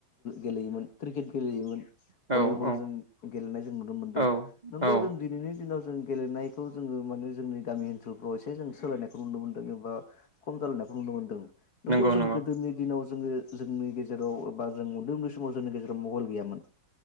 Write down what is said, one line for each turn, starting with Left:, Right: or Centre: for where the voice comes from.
Left: गेलेयोमोन क्रिकेट गेलेयोमोन
Right: औ
Left: भलिबल
Right: औ
Left: जों गेलेनाय जों नुनो मोनदों
Right: औ
Left: नोंगौ
Right: औ
Left: जों दिनैनि दिनाव जों गेलेनायखौ जोङो माने जोंनि गामि ओनसोलफ्राव एसे जों सोलायनायखौ नुनो मोन्दों एबा खम जालांनायखौ नुनो मोन्दों। नोंगौ
Right: नंगौ
Left: जों
Right: नंगौ
Left: गोदोनि दिनाव जोङो जोंनि गेजेराव एबा जों उन्दै उन्दै समाव जोंनि गेजेराव मबाइल गैयामोन